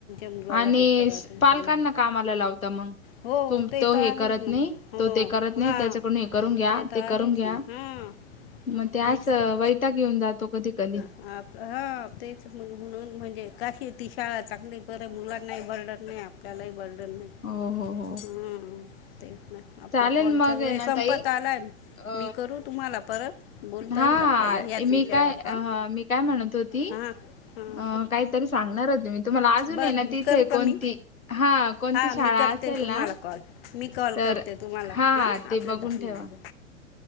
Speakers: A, on the left; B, on the left.
A: मुलाला
B: आणि
A: हे करा तुमच्या
B: पालकांना
A: मुला
B: कामाला लावता मग,
A: हो
B: तुम
A: ते
B: तो
A: तर
B: हे
A: आहेच
B: करत
A: ना
B: नाही,
A: हो
B: तो ते करत नाही
A: हां
B: त्याच्याकडून हे करून घ्या,
A: तर
B: ते करून
A: आहेच
B: घ्या,
A: ना हां
B: मग त्यास
A: तेच तर
B: वैता घ येऊन जातो कधी कधी
A: हा तेच म्हणून म्हणजे कशी ती शाळा चांगली बरे! मुलां नाही ओरडत नाही. त्यालाही बर्डन होईल.
B: होहो हो.
A: हमम तेच ना, आपलं
B: चालेल
A: कॉलचा
B: मग आहे
A: वेळ
B: ना
A: संपत
B: ताई
A: आलाय
B: अ
A: मी करू तुम्हाला परत. बोलता
B: हा
A: येईल आपल्याला ह्याच
B: मी
A: विषयावर
B: काय
A: हां
B: मी काय म्हणत होती
A: हां हां
B: अ काहीतरी सांगणार होते मी तुम्हाला अजून
A: बरं
B: ये ना तिथे
A: करू का
B: कोणती
A: मी
B: हा कोणती
A: हां
B: शाळा
A: मी करते
B: असेल
A: तुम्हाला
B: ना
A: कॉल मी कॉल
B: तर
A: करते तुम्हाला
B: हा
A: हां
B: ते
A: आपले
B: बघून
A: दहा
B: ठेवा.
A: मिनिट